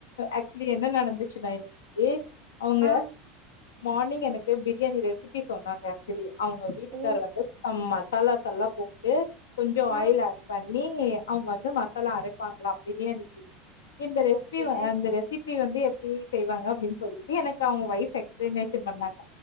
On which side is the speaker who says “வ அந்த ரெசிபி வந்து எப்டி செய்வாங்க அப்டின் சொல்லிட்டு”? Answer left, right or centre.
Left